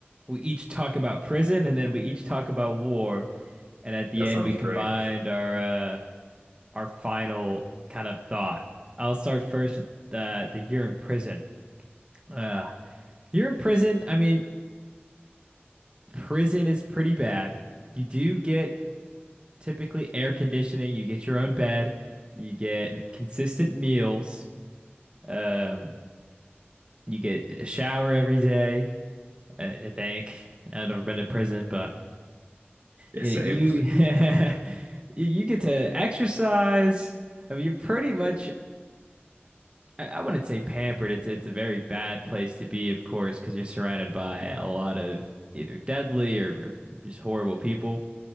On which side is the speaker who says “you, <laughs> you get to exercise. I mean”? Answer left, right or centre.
Right